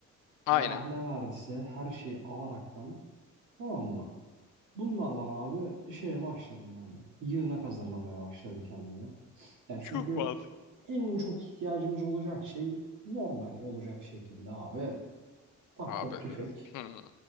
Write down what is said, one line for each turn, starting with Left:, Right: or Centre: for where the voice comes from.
Left: Aynen.
Right: Allah ne verdiyse her şeyi alaraktan tamam mı? Bunlardan abi şeye başlarım ben de. Yığınak hazırlamaya başlarım kendime. Yani
Left: Çok
Right: çünkü
Left: mantıklı.
Right: en çok ihtiyacımız olacak şey normal olacak şekilde abi tank,
Left: Abi.
Right: top,
Left: e,
Right: tüfek.
Left: hmm.